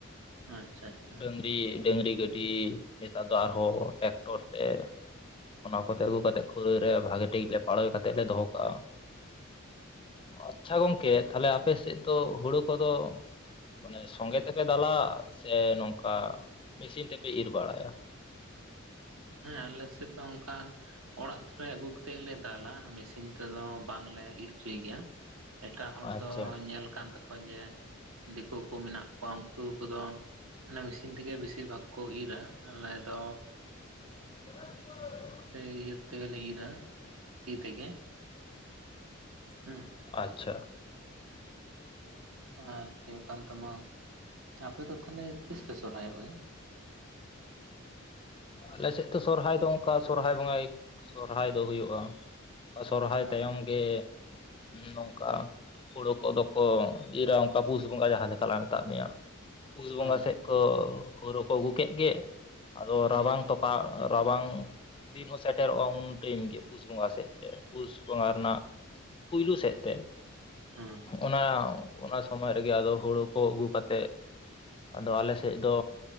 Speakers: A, on the right; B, on the left.
A: ᱟᱪᱪᱷᱟ ᱟᱪᱪᱷᱟ
B: ᱰᱟᱹᱝᱨᱤ ᱰᱟᱹᱝᱨᱤ ᱜᱟᱹᱰᱤ ᱱᱮᱛᱟᱨ ᱫᱚ ᱟᱨᱦᱚᱸ ᱴᱮᱠᱴᱚᱨ ᱛᱮ ᱚᱱᱟ ᱠᱚᱛᱮ ᱟᱹᱜᱩ ᱠᱟᱛᱮᱫ ᱠᱷᱟᱹᱨᱟᱹᱭ ᱨᱮ ᱵᱷᱟᱜᱮ ᱴᱷᱤᱠ ᱞᱮ ᱯᱟᱲᱹᱚᱭ ᱠᱟᱛᱮᱫ ᱞᱮ ᱫᱚᱦᱚ ᱠᱟᱜᱼᱟ ᱟᱪᱪᱷᱟ ᱜᱚᱝᱠᱮ ᱛᱟᱦᱞᱮ ᱟᱯᱮ ᱥᱮᱫ ᱫᱚ ᱦᱳᱲᱳ ᱠᱚᱫᱚ ᱢᱟᱱᱮ ᱥᱚᱸᱜᱮ ᱛᱮᱯᱮ ᱫᱟᱞᱟ ᱥᱮ ᱱᱚᱝᱠᱟ ᱢᱮᱥᱤᱱ ᱛᱮᱯᱮ ᱤᱨ ᱵᱟᱲᱟᱭᱟ
A: ᱦᱮᱸ ᱟᱞᱮ ᱥᱮᱫ ᱫᱚ ᱚᱱᱠᱟ ᱚᱲᱟᱜ ᱨᱮ ᱟᱹᱜᱩ ᱠᱟᱛᱮᱫ ᱜᱮᱞᱮ ᱫᱟᱞᱟ ᱢᱮᱥᱤᱱ ᱛᱮᱫᱚ ᱵᱟᱝᱞᱮ ᱤᱨ ᱚᱪᱚᱭ ᱜᱮᱭᱟ ᱮᱴᱟᱜ ᱦᱚᱲ
B: ᱟᱪᱪᱷᱟ
A: ᱫᱚ ᱧᱮᱞ ᱠᱟᱱ ᱛᱟᱠᱚᱣᱟ ᱡᱮ ᱫᱤᱠᱳ ᱠᱚ ᱢᱮᱱᱟᱜ ᱠᱚᱣᱟ ᱩᱱᱠᱩ ᱠᱚᱫᱚ ᱚᱱᱮ ᱢᱤᱥᱤᱱ ᱛᱮᱜᱮ ᱵᱤᱥᱤᱨ ᱵᱷᱟᱜᱽ ᱠᱚ ᱤᱨᱼᱟ ᱟᱞᱮ ᱫᱚ
B: <unintelligible>
A: ᱤᱭᱟᱹ ᱛᱮᱜᱮ ᱞᱮ ᱤᱨᱟ ᱛᱤ ᱛᱮᱜᱮ ᱦᱮᱸ
B: ᱟᱪᱪᱷᱟ
A: ᱟᱨ ᱦᱩᱭᱩᱜ ᱠᱟᱱ ᱛᱟᱢᱟ ᱟᱯᱮ ᱫᱚ ᱛᱟᱞᱦᱮ ᱛᱤᱥ ᱯᱮ ᱥᱚᱨᱦᱟᱭ ᱚᱜ ᱜᱮᱭᱟ
B: ᱟᱞᱮᱥᱮᱫ ᱫᱚ ᱥᱚᱨᱦᱟᱭ ᱫᱚ ᱚᱱᱠᱟ ᱥᱚᱨᱦᱟᱭ ᱵᱚᱸᱜᱟ ᱥᱚᱨᱦᱟᱭ ᱫᱚ ᱦᱩᱭᱩᱜᱼᱟ ᱥᱚᱨᱦᱟᱭ
A: ᱦᱮᱸ
B: ᱛᱟᱭᱚᱢ ᱜᱮ ᱱᱚᱝᱠᱟ ᱦᱳᱲᱳ ᱠᱚᱫᱚ ᱠᱚ ᱤᱨᱼᱟ ᱚᱱᱠᱟ ᱯᱩᱥ ᱵᱚᱸᱜᱟ ᱡᱟᱦᱟᱸ ᱞᱮᱠᱟ ᱞᱟ ᱢᱮᱛᱟᱜ ᱢᱮᱭᱟ ᱯᱩᱥ ᱵᱚᱸᱜᱟ
A: ᱦᱮᱸ
B: ᱥᱮᱫ ᱠᱚ ᱦᱳᱲᱳ ᱠᱚ ᱟᱹᱜᱩ ᱠᱮᱫ ᱜᱮ ᱟᱫᱚ
A: ᱦᱮᱸ
B: ᱨᱟᱵᱟᱝ ᱛᱚ ᱨᱟᱵᱟᱝ ᱫᱤᱱ ᱦᱚᱸ ᱥᱮᱴᱮᱨᱚᱜᱼᱟ ᱩᱱ ᱴᱟᱭᱤᱢ ᱜᱮ ᱯᱩᱥ ᱵᱚᱸᱜᱟ ᱥᱮᱫ ᱛᱮ ᱯᱩᱥ ᱵᱚᱸᱜᱟ ᱨᱮᱱᱟᱜ ᱯᱩᱭᱞᱩ ᱥᱮᱫ ᱛᱮ
A: ᱦᱮᱸ
B: ᱚᱱᱟ ᱚᱱᱟ ᱥᱚᱢᱚᱭ ᱨᱮᱜᱮ ᱟᱫᱚ ᱦᱳᱲᱳ ᱠᱚ ᱟᱹᱜᱩ ᱠᱟᱛᱮᱜ ᱟᱫᱚ ᱟᱞᱮ ᱥᱮᱫ ᱫᱚ